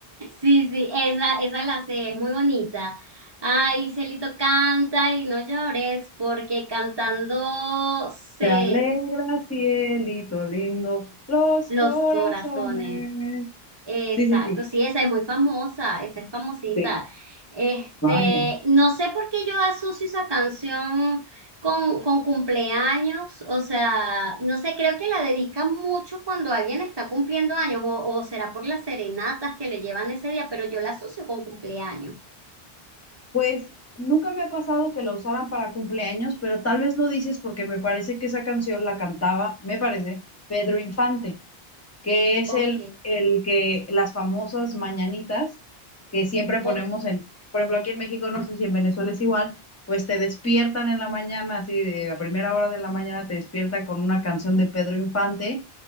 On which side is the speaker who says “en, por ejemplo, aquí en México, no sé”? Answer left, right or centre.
Left